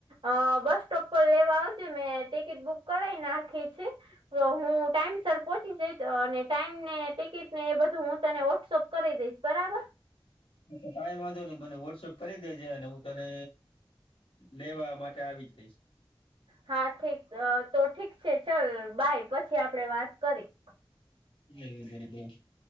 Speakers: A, on the right; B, on the left.
A: અ બસ સ્ટોપ પર લેવા આવજે મેં ટિકિટ બુક કરાઈ નાખી છે. તો હું ટાઈમસર પહોંચી જઈશ અને. ટાઈમ ને ટિકિટ ને એ બધું હું તને વોટ્સઅપ કરી દઈશ બરાબર.
B: કઈમ વાંધો નહી મને વોટ્સપ કરી દેજે અને હું તને. લેવા માટે આવી જઈશ.
A: હા ઠીક અ તો ઠીક છે ચલ બાય પછી આપડે વાત કરી.
B: એ